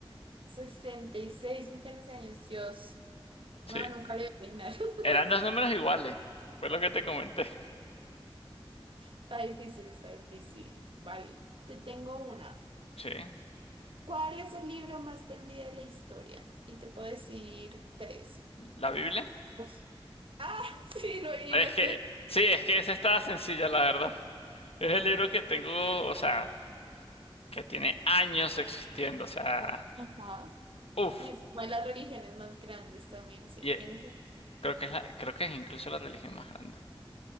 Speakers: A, on the right; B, on the left.
A: 66 millones de años, Dios.
B: Sí.
A: No, nunca lo voy a adivinar. <laughs>
B: Eran dos números iguales. Fue lo que te comenté.
A: Está difícil, está difícil. Vale, te tengo una.
B: Sí.
A: ¿Cuál es el libro más vendido de la historia? Y te puedo decir tres.
B: ¿La Biblia?
A: Dos. Ah, <laughs> sí, lo adivinaste.
B: Es que, sí, es que esa estaba sencilla, la verdad. Es el libro que tengo, o sea, que tiene años existiendo, o sea,
A: Ajá.
B: uff.
A: Y es una de las religiones más grandes también, sí,
B: Y eh,
A: tiene sentido.
B: creo que es la- creo que es incluso la religión más grande.